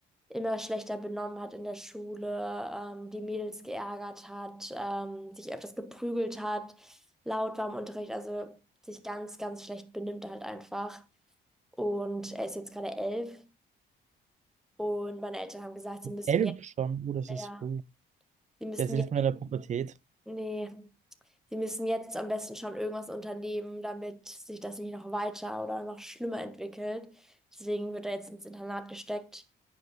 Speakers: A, in the centre; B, on the right (about 35°).
A: immer schlechter benommen hat in der Schule, ähm, die Mädels geärgert hat, ähm, sich öfters geprügelt hat, laut war im Unterricht, also sich ganz, ganz schlecht benimmt halt einfach. Und er ist jetzt gerade elf und meine Eltern haben gesagt, sie müssen
B: Elf
A: jetzt,
B: schon. Oh, das
A: ja,
B: ist früh.
A: sie müssen
B: Jetzt ist
A: jetzt,
B: man in der Pubertät.
A: nee. Sie müssen jetzt am besten schon irgendwas unternehmen, damit sich das nicht noch weiter oder noch schlimmer entwickelt. Deswegen wird er jetzt ins Internat gesteckt.